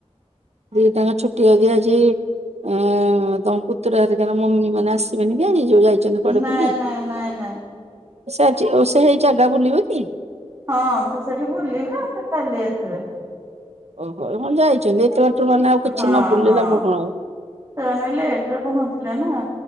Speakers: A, on the right; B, on the right.
A: ଦି ଟା ଆଙ୍କ ଛୁଟି <unintelligible> ଆଜି ଏଁ ତମ ପୁତୁରା ହରିକାର ମମି ମାନେ ଆସ ସିବେନି କି ଆଜି ଯୋଉ ଯାଇଛନ୍ତି କୁଆଡେ
B: ନାଇଁ
A: ବୁଲି।
B: ନାଇଁ ନାଇଁ ନାଇଁ
A: <unintelligible> ଜାଗା ବୁଲିବେ କି।
B: ହଁ ସେ ସେଠି ବୁଲିବେ ଆଉ ସେ କାଲି ଆସିବେ।
A: ଓହୋ ହଁ ଯାଇଛନ୍ତି ଏତେ ବାଟରୁ ମାନେ ଆଉ
B: ହଁ
A: କିଛି ନ ବୁଲିଲେ
B: ହଁ
A: ଲାଭ କଣ ଆଉ?
B: ସେମାନେ ବି ଲେଟ୍ ରେ ପହଞ୍ଚିଲେ ନା।